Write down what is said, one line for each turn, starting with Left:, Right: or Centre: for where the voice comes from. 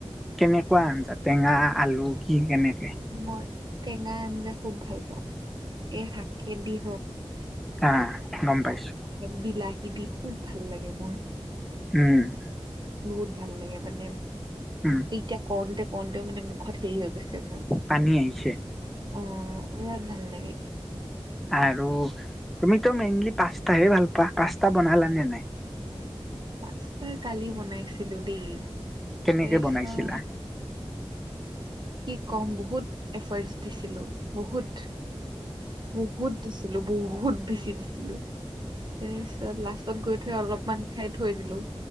Centre: কেনেকুৱা আঞ্জা টেঙা আলু কি কেনেকে?
Right: মই টেঙা আঞ্জা খুব ভাল পাওঁ, এই শাকে দি হক।
Centre: আ, গম পাইছো।
Right: বিলাহী দি খুব ভাল লাগে মোৰ
Centre: উম,
Right: বহুত ভাল লাগে মানে
Centre: উম
Right: এতিয়া কওঁতে কওঁতে মানে মুখত হেৰি হৈ গৈছে মোৰ।
Centre: পানী আহিছে
Right: অ', বিৰাট ভাল লাগে।
Centre: আৰু তুমিতো মেইনলি পাস্তাহে ভাল পোৱা পাস্তা বনালা নে নাই?
Right: পাস্তা কালি বনাইছিলো দেই
Centre: কেনেকে
Right: তাৰপিছত
Centre: বনাইছিলা
Right: কি ক'ম বহুত এফাৰ্টচ দিছিলোঁ বহুত - বহুত, দিছিলোঁ। বহুত বেছি দিছিলোঁ। তাৰ পিছত লাষ্টত গৈ থৈ অলপমান খাই থৈ দিলো,